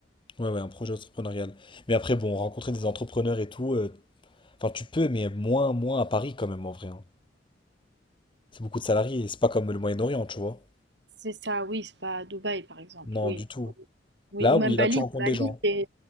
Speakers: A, on the left (about 25°); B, on the right (about 65°).
A: ouais, ouais, un projet entrepreneurial. Mais après, bon, rencontrer des entrepreneurs et tout, euh, enfin, tu peux, mais moins, moins à Paris quand même, en vrai. hein. C'est beaucoup de salariés, c'est pas comme le Moyen-Orient, tu vois.
B: C'est ça, oui, c'est pas à Dubaï, par exemple,
A: Non,
B: oui.
A: du tout.
B: Oui,
A: Là,
B: ou
A: oui,
B: même Bali.
A: là, tu rencontres
B: Bali,
A: des gens.
B: c'est